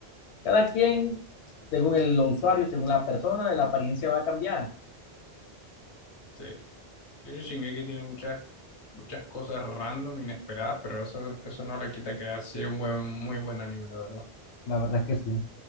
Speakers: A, on the left; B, on the left.
A: cada quien, según el usuario, según la persona, la apariencia va a cambiar.
B: Sí. Yo creo que Shingeki tiene muchas, muchas cosas random, inesperadas, pero eso, eso no le quita que ha sido un buen, muy buen anime, la verdad.
A: La verdad es que sí.